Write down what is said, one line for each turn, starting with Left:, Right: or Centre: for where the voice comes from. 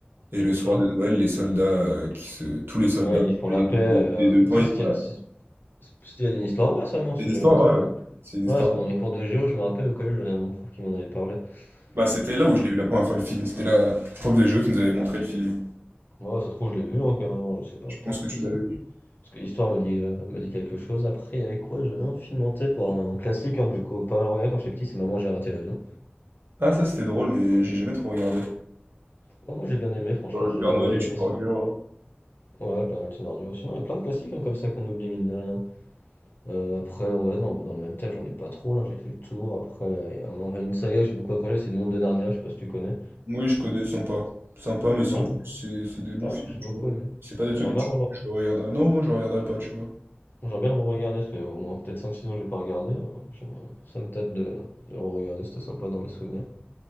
Right: Et le
Left: Ok,
Right: soir de Noël, les soldats, heu, qui se tous les soldats
Left: ouais, ils font
Right: déjà
Left: la paix, euh,
Right: des des 2
Left: mais
Right: camps,
Left: ça,
Right: ils
Left: c'était
Right: font la
Left: c'est- c'était une histoire vraie, ça, non, ce
Right: c'est
Left: que
Right: une
Left: j'avais
Right: histoire
Left: entendu,
Right: vraie,
Left: non?
Right: ouais. C'est une histoire
Left: Ouais, parce que dans les cours de géo, je me rappelle au collège, j'avais mon prof qui m'en avait parlé,
Right: Bah, c'était là
Left: donc,
Right: où je l'ai vu la première fois le film, c'était la prof de géo qui nous avait montré le film.
Left: ouais, ça se trouve, je l'ai vu, hein, carrément, je sais pas,
Right: Je
Left: peut-être,
Right: pense que
Left: parce
Right: tu
Left: que ça...
Right: l'as vu.
Left: Parce que l'histoire me dit, heu, me dit quelque chose. Après, il y avait quoi? J'avais un film en tête, bon, un classique, hein, que j'ai co pas mal regardé quand j'étais petit, c'est Maman, j'ai raté l'avion.
Right: Ah ça c'était drôle, mais j'ai jamais trop regardé.
Left: Ouais, moi, j'ai bien aimé, franchement,
Right: Quand le
Left: je
Right: Père
Left: l'avais
Right: Noël
Left: regardé
Right: est
Left: il y a
Right: une
Left: pas si
Right: ordure, heu,
Left: ouais, pas mal de Thénardier aussi. Non, il y a plein de classiques, hein, comme ça qu'on oublie, mine de rien. Heu, après, ouais, non, bah, dans le même thème, j'en ai pas trop, là, j'ai fait le tour. Après, il y a un une saga que j'ai beaucoup accroché, c'est Le Monde de Narnia, je sais pas si tu connais?
Right: oui je connais, sympa. Sympa, mais sans
Left: Ouais,
Right: plus, c'est c'est des bons
Left: ouais,
Right: films,
Left: j'ai
Right: tu
Left: beaucoup
Right: vois?
Left: aimé.
Right: C'est pas des
Left: J'aimerais
Right: trucs que
Left: bien
Right: tu
Left: reva
Right: que je regarderais. Non, moi je regarderais pas, tu vois?
Left: j'aimerais bien le re-regarder, ça fait au moins peut-être cinq six ans que j'ai pas regardé, heu, j'aimerais ça me tâte de de le re-regarder, c'était sympa dans mes souvenirs.